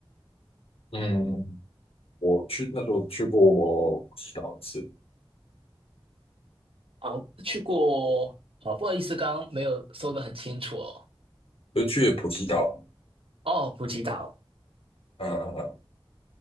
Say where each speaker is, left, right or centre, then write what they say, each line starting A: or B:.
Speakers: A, on the left; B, on the right.
A: 嗯，我去那时候去过我普吉岛一次，
B: 啊，去过啊，不好意思，刚刚没有说的很清楚哦。
A: 就去普吉岛，
B: 哦，普吉岛，
A: 嗯，